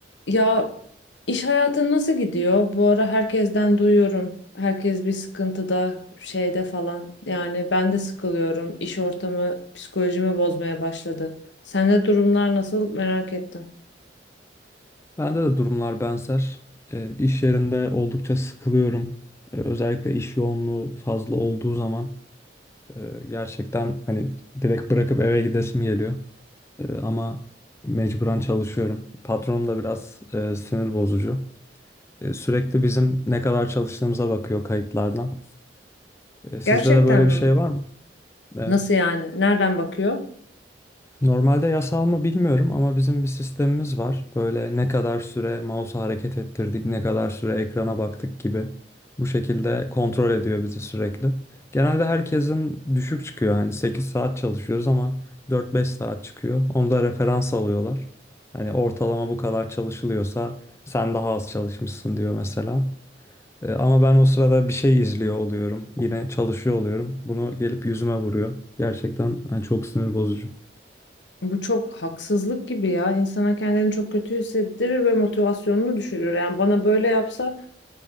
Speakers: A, on the left; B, on the left.
A: Ya iş hayatın nasıl gidiyor? Bu ara herkesten duyuyorum. Herkes bir sıkıntıda, şeyde falan. Yani ben de sıkılıyorum. İş ortamı psikolojimi bozmaya başladı. Sende durumlar nasıl merak ettim.
B: Bende de durumlar benzer. E, iş yerinde oldukça sıkılıyorum. E, özellikle iş yoğunluğu fazla olduğu zaman e, gerçekten hani direkt bırakıp eve gidesim geliyor. E, ama mecburen çalışıyorum. Patronum da biraz e, sinir bozucu. E, sürekli bizim ne kadar çalıştığımıza bakıyor kayıtlardan. E, sizde
A: Gerçekten
B: de böyle
A: mi?
B: bir şey var mı? Evet.
A: Nasıl yani? Nereden bakıyor?
B: Normalde yasal mı bilmiyorum ama bizim bir sistemimiz var. Böyle ne kadar süre mouse'u hareket ettirdik, ne kadar süre ekrana baktık gibi. Bu şekilde kontrol ediyor bizi sürekli. Genelde herkesin düşük çıkıyor. Hani 8 saat çalışıyoruz ama 4-5 saat çıkıyor. Onu da referans alıyorlar. Hani ortalama bu kadar çalışılıyorsa sen daha az çalışmışsın diyor mesela. E, ama ben o sırada bir şey izliyor oluyorum. Yine çalışıyor oluyorum. Bunu gelip yüzüme vuruyor. Gerçekten hani çok sinir bozucu.
A: Bu çok haksızlık gibi ya. İnsana kendini çok kötü hissettirir ve motivasyonunu düşürür. Yani bana böyle yapsa